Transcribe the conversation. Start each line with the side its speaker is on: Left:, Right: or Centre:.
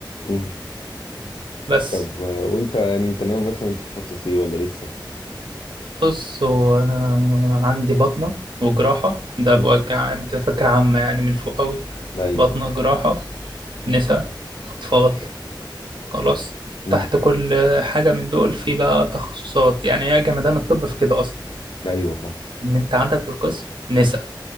Left: مم.
Right: بس
Left: طب آه، وانت يعني انت ناوي مثلا تتخصص ايه ولا لسه
Right: بص هو أنا عندي بطنة وجراحة ده
Left: مم،
Right: بوجه عام كده فكرة عامة يعني من فوق أوي
Left: ايوه
Right: بطنة جراحة نساء أطفال خلاص
Left: مم،
Right: تحت كل حاجة من دول في بقى تخصصات يعني هي جمدان الطب في كده أصلا
Left: ايوه فاهم
Right: إن أنت عندك القسم نساء